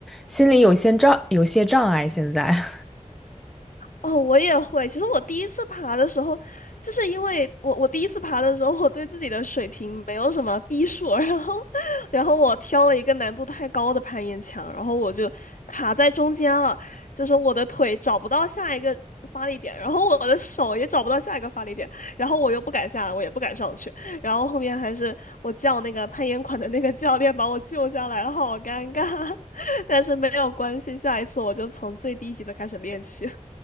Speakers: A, in the centre; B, on the left.
A: 心里有些障有些障碍现在。<laughs>
B: 哦，我也会。其实我第一次爬的时候，就是因为我我第一次爬的时候，我对自己的水平没有什么逼数，然后 <laughs> 然后我挑了一个难度太高的攀岩墙，然后我就卡在中间了，就是我的腿找不到下一个发力点，然后我的手也找不到下一个发力点，然后我又不敢下来，我也不敢上去，然后后面还是我叫那个攀岩馆的那个教练把我救下来了，好尴尬，<laughs> 但是没有关系，下一次我就从最低级的开始练起。